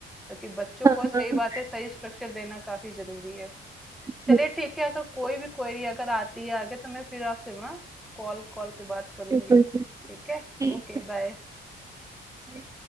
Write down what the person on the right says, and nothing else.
हाँ
हाँ
जी,
बिल्कुल बिल्कुल
ठीक
है
बाय।